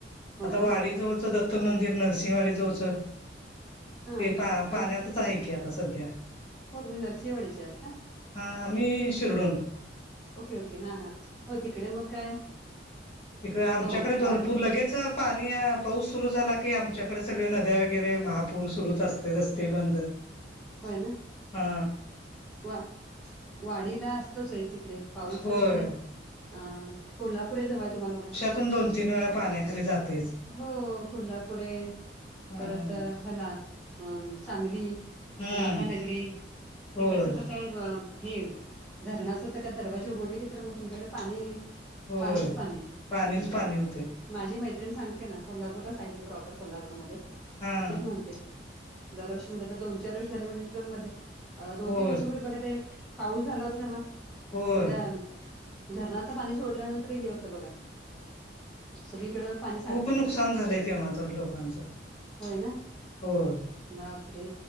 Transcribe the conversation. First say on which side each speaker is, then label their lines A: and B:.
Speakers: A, in the centre; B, on the left.
A: हो
B: आता
A: ना
B: दत्त मंदिर नृसिंहवाडी जवळच
A: हा
B: ते पाण्यात
A: तुम्ही
B: आहे की आता सध्या.
A: हो तुम्ही नरसिंहवाडीच्या आहात का?
B: हां आम्ही शिरोडोन.
A: ओके ओके हा हा हो तिकडे मग काय
B: तिकडे आमच्याकडे
A: हो वाढ
B: भरपूर लगेच पाणी पाऊस सुरू झाला की आमच्याकडे सगळे नद्या वगैरे महापूर सुरूच असते रस्ते बंद
A: होय ना
B: हा
A: वा वाडीला असतच आहे तिकडे पाऊस
B: होय
A: आणि हे अ कोल्हापूरे जवळ आहे तुम्हाला बघा
B: त्यातून दोन तीन वेळा पाण्याखाली जातयच.
A: हो कोल्हापुरे
B: हम्म
A: परत हला अ सांगली
B: हम्म
A: राधानगरी
B: होय
A: तिकडचं तर काय हे धरणाचं तर का दरवाजे उघडले की तर मग तुमच्याकडे पाणी
B: होय
A: पाणीच पाणी हम्म
B: पाणीच पाणी होते
A: माझी मैत्रिण सांगते ना कोल्हापूरलाच आहे प्रॉपर कोल्हापूरमध्ये
B: हा
A: त्याच म्हणते दरवर्षी म्हण तर दोन चार वर्ष झाले म्हणज मध्ये अ दोन
B: होय
A: तीन वर्षापूर्वी बघा ते पाऊस झाला होता तेव्हा
B: होय
A: सगळ्या धरणाचं पाणी सोडल्यानंतर हे होतं बघा सगळीकड पाणी साठत.
B: खुप नुकसान झालय तेव्हा तर लोकांच
A: होय ना
B: होय
A: बापरे!